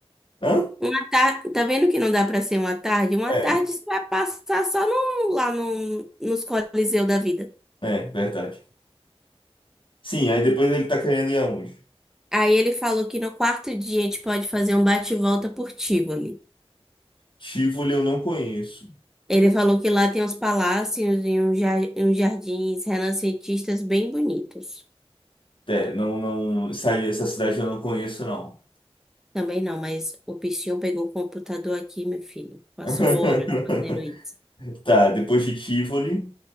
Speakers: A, on the left; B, in the centre.
A: Hã?
B: Uma tarde, tá vendo que não dá para ser uma tarde? Uma
A: É,
B: tarde você vai passar só no, lá no, nos Coliseu da vida.
A: é, verdade. Sim, aí depois ele tá querendo ir aonde?
B: Aí ele falou que no quarto dia a gente pode fazer um bate-volta por Tivoli.
A: Tivoli eu não conheço.
B: Ele falou que lá tem uns palácios e uns, jar- e uns jardins renascentistas bem bonitos.
A: É, não, não. Essa, essa cidade eu não conheço, não.
B: Também não, mas o bichinho pegou o computador aqui, meu filho. Passou
A: <laughs>
B: horas fazendo isso.
A: Tá, depois de Tivoli.